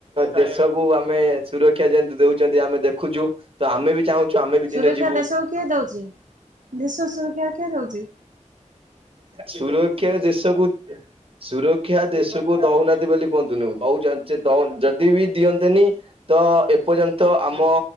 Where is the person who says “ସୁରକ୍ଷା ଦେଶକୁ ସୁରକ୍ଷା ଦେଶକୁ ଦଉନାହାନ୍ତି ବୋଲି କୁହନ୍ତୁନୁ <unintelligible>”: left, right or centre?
Right